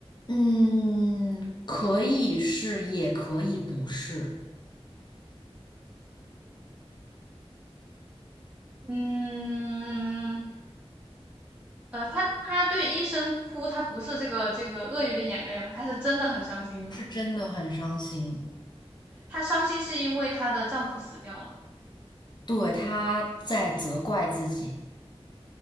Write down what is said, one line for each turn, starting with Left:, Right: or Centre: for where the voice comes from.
Left: 嗯，可以是，也可以不是，
Right: 嗯，呃，他他对医生哭，他不是这个这个鳄鱼的眼泪吧？他是真的很伤心嘛？
Left: 是真的很伤心。
Right: 她伤心是因为她的丈夫死掉了，
Left: 对，他在责怪自己。